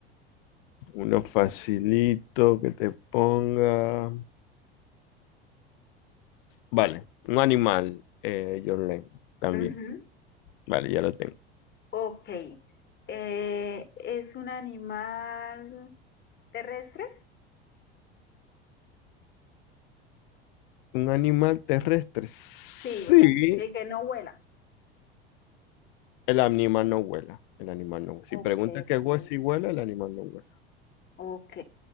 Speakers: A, on the left (about 55°); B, on the left (about 35°).
A: uno facilito que te ponga. Vale, un animal, eh, Jorlen, también.
B: Ujú,
A: Vale, ya lo tengo.
B: Ok, Eh, ¿es un animal terrestre?
A: Un animal terrestre. Sí,
B: Sí, o sea, eh, que no vuela.
A: el animal no vuela. El animal no. Si
B: Ok,
A: preguntas qué hue- si vuela, el animal no vuela.
B: ok.